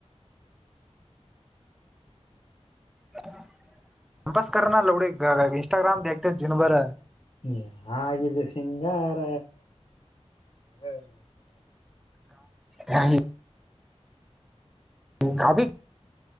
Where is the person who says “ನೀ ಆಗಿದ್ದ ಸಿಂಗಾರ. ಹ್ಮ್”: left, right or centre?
Left